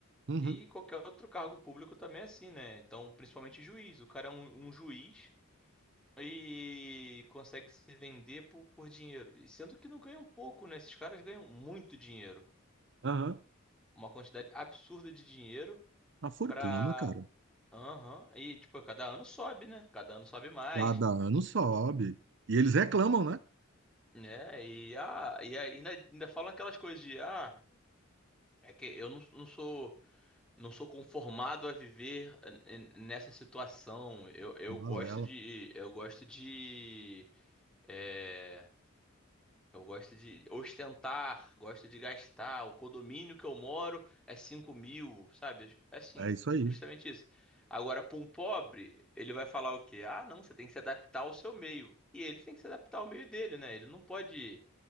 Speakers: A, on the right; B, in the centre.
A: Uhum,
B: E qualquer outro cargo público também é assim, né? Então, principalmente juiz. O cara é um, um juiz e consegue se vender por, por dinheiro. E sendo que não ganham pouco, né? Esses caras ganham muito dinheiro.
A: aham.
B: Uma quantidade absurda de dinheiro
A: A fortuna,
B: pra.
A: cara,
B: Aham. E, tipo, cada ano sobe, né? Cada ano sobe mais.
A: cada ano sobe. E eles reclamam, né?
B: Né? E, ah, e ainda, ainda falam aquelas coisas de, ah, é que eu não, não sou. não sou conformado a viver n- n- nessa situação. Eu, eu
A: Balela.
B: gosto de, eu gosto de, é, eu gosto de ostentar, gosto de gastar. O condomínio que eu moro é cinco mil, sabe? É Assim,
A: É isso aí.
B: justamente isso. Agora, para um pobre, ele vai falar o quê? Ah, não, você tem que se adaptar ao seu meio. E ele tem que se adaptar ao meio dele, né? Ele não pode,